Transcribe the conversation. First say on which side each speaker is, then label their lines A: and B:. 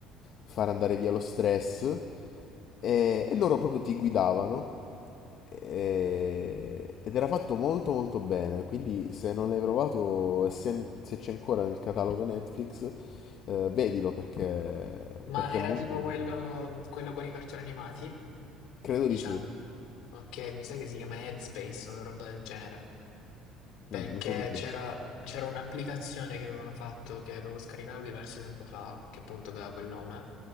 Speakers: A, on the left; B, on the left.
A: far andare via lo stress e, e loro proprio ti guidavano e- ed era fatto molto molto bene, quindi se non l'hai provato e se, se c'è ancora nel catalogo Netflix, eh, vedilo perché,
B: ma
A: perché
B: era
A: è molto...
B: tipo
A: molto
B: quello,
A: bello.
B: quello con i cartoni animati?
A: Credo
B: Diciamo.
A: di sì.
B: Okay, mi sa che si chiama Headspace, una roba del genere, perché
A: Mm, mi sa di
B: c'era
A: sì. <clears throat>
B: c'era un'applicazione che avevano fatto, che avevo scaricato diverso tempo fa, che appunto aveva quel nome